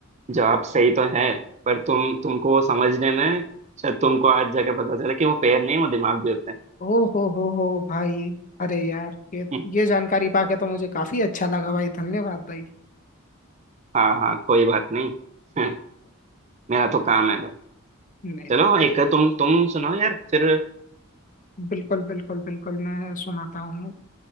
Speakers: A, on the right (about 30°); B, on the left (about 35°).
A: जवाब सही तो है पर तुम तुमको वो समझने में शायद तुमको आज जाके पता चला कि वो पैर नहीं वो दिमाग भी होते हैं
B: ओ हो हो हो भाई अरे यार ये
A: <laughs> हम्म,
B: ये जानकारी पाके तो मुझे काफी अच्छा लगा भाई धन्यवाद भाई
A: हाँ हाँ कोई बात नहीं <laughs> हम्म, मेरा तो काम है भाई
B: नहीं नहीं
A: चलो
B: भाई
A: एक तुम तुम सुनाओ यार फिर
B: बिल्कुल बिल्कुल बिल्कुल मैं सुनाता हूँ